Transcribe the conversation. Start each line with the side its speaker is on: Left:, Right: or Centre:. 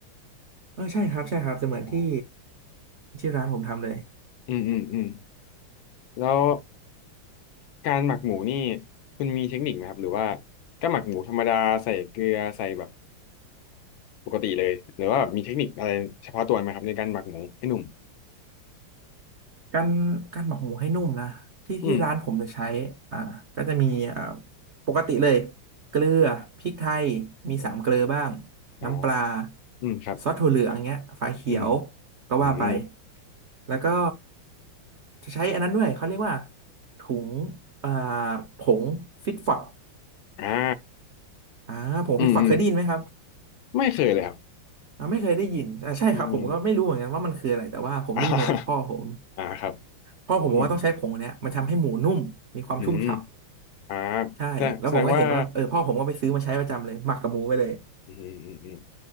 Right: เออใช่ครับใช่ครับจะเหมือนที่
Left: อ๋อ
Right: ที่ร้านผมทำเลย
Left: อืมอืมอืมแล้วการหมักหมูนี่คุณมีเทคนิคไหมครับหรือว่าก็หมักหมูธรรมดาใส่เกลือใส่แบบปกติเลยหรือว่าแบบมีเทคนิคอะไรเฉพาะตัวไหมครับในการหมักหมูให้หนุ่ม
Right: การการหมักหมูให้นุ่มนะที่ที่ร้านผมจะใช้อ่าก็จะมีอ่า
Left: อืม
Right: ปกติเลยเกลือพริกไทยมีสามเกลือบ้าง
Left: อ๋อ
Right: น้ำปลา
Left: อืมครับ
Right: ซอสถั่วเหลืองเงี้ยฝาเขียว
Left: อืม
Right: ก็ว่าไป
Left: อืม
Right: แล้วก็จะใช้อันนั้นด้วยเขาเรียกว่าถุงอ่าผงฟิตฟอด
Left: อ่า
Right: อ่าผงฟิตฟอดเคยได้ยินไหมครับ
Left: อืมอืมไม่เคยเลยครับ
Right: อ่าไม่เคยได้ยินอ่าใช่ครับผมก็ไม่รู้เหมือนกันว่ามันคืออะไรแต่ว่าผมได้ยินมาจากพ่อผม
Left: อืม <laughs> อ่าอ่าครับ
Right: พ่อผมบอกว่าต้องใช้ผงอันเนี้ยมันทำให้หมูนุ่มมีความชุ่มฉ่ำ
Left: อืมอืมอ่า
Right: ใช่แล้วผมก็เห็นว่าเออพ่อผมก็ไปซื้อมาใช้ประจำเลยหมักกับหมูไปเลย
Left: แสดงแสดงว่าอืมอืมอืม